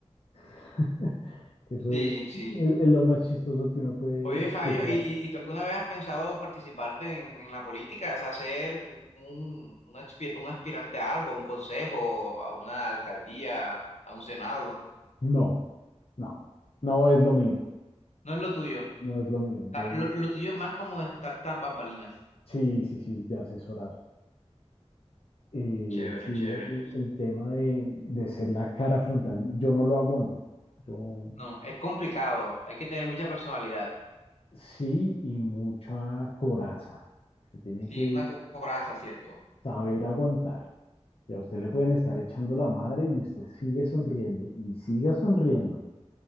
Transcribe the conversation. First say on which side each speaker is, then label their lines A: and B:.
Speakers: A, on the left; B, on the left.
A: <laughs> que eso
B: Sí,
A: es,
B: sí.
A: es lo más chistoso que uno puede
B: Oye, Fabio,
A: escuchar.
B: ¿y, y, y tú alguna vez has pensado en participar de- en, en la política? O sea, ser un, un expi- un aspirante a algo, a un consejo, a una alcaldía, a un senado.
A: No, no, no es lo mío,
B: No es lo tuyo.
A: no es lo mío.
B: O sea,
A: Yo
B: Lo, lo tuyo es más como estar tras bambalinas.
A: sí, sí, sí, de asesorar. Eh,
B: Chévere,
A: sí,
B: chévere.
A: el, el tema de, de ser la cara frontal, yo no lo aguanto. Yo
B: No, es complicado. Hay que tener mucha personalidad.
A: Sí, y mucha coraza. Usted tiene
B: Sí,
A: que
B: una co- coraza, ¿cierto?
A: saber aguantar. Y a usted le pueden estar echando la madre y usted sigue sonriendo y siga sonriendo.